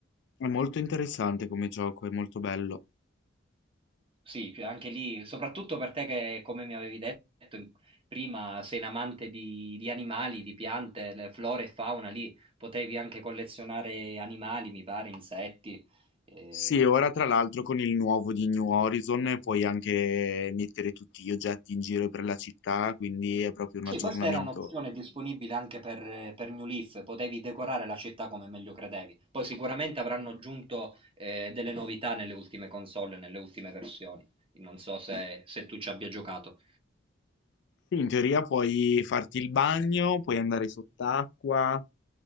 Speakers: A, on the left; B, on the right.
A: È molto interessante come gioco, è molto bello.
B: Sì, cioè anche lì, soprattutto per te che, come mi avevi detto in- prima, sei un amante di, di animali, di piante, le flora e fauna, lì potevi anche collezionare animali, mi pare, insetti. eh.
A: Sì, ora tra l'altro con il nuovo di New Horizon puoi anche mettere tutti gli oggetti in giro per la città, quindi è proprio un
B: Sì,
A: aggiornamento.
B: questa era un'opzione disponibile anche per, per New Leaf, potevi decorare la città come meglio credevi. Poi sicuramente avranno aggiunto eh, delle novità nelle ultime console, nelle ultime versioni. Non so se se tu ci abbia giocato.
A: Sì, in teoria puoi farti il bagno, puoi andare sott'acqua,